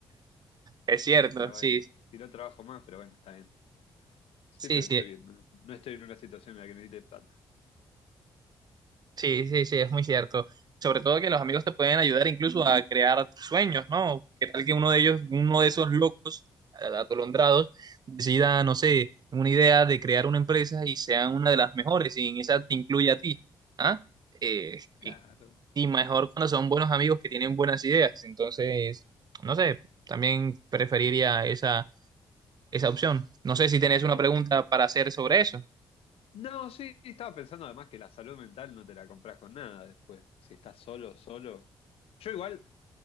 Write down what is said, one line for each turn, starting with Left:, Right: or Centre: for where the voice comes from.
Right: Es cierto,
Left: Pero
Right: sí,
Left: bueno, si no trabajo más, pero bueno, está bien. Siento
Right: sí,
Left: que
Right: sí.
Left: estoy bien, no, no estoy en una situación en la que necesite plata.
Right: Sí, sí, sí, es muy cierto. Sobre todo que los amigos te pueden ayudar incluso a crear sueños, ¿no? ¿Qué tal que uno de ellos, uno de esos locos eh, atolondrados, decida, no sé, una idea de crear una empresa y sea una de las mejores y en esa te incluye a ti, ¿ah? Eh,
Left: Claro,
Right: y, y mejor cuando son buenos amigos que tienen buenas ideas. Entonces, no sé, también preferiría esa, esa opción. No sé si tenés una
Left: claro.
Right: pregunta para hacer sobre eso.
Left: No, sí, estaba pensando además que la salud mental no te la compras con nada después. Si estás solo, solo. Yo igual